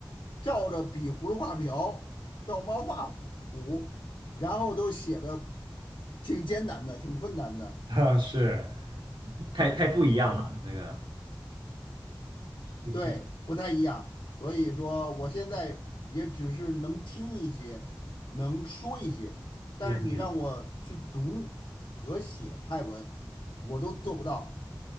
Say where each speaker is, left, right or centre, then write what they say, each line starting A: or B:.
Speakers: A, on the left; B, on the right.
A: 照着比葫芦画瓢，照猫画虎，虎然后都写的挺艰难的，挺困难的。
B: <laughs> 啊是。太太不一样了，
A: 嗯，
B: 这个，<laughs>
A: 对，不太一样。所以说，我现在也只是能听一些，能说一些，但是你让我去读和写泰文，
B: 嗯哼
A: 我都做不到。